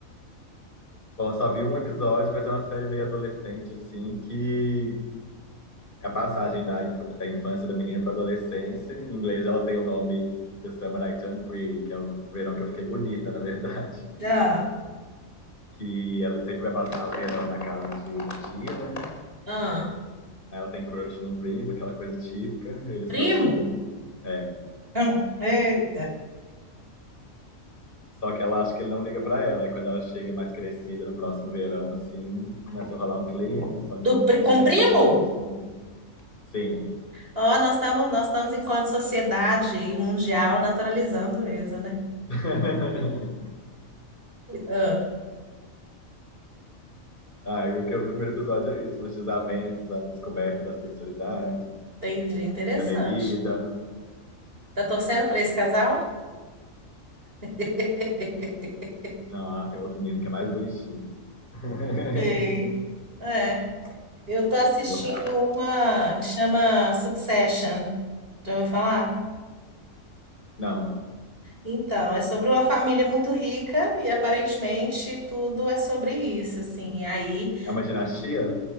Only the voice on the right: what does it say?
Já.
Ah,
primo?
Hum, Eita.
Do,
pri-
com primo?
Ó, nós estamos nós estamos enquanto sociedade e mundial naturalizando mesmo, né?
Ah,
entendi, interessante.
Tá torcendo para esse casal? <laughs>
Sei. É. Eu tô assistindo
uma que chama Succession. Já ouviu falar?
Então, é sobre uma família muito rica e aparentemente tudo é sobre isso, assim. E aí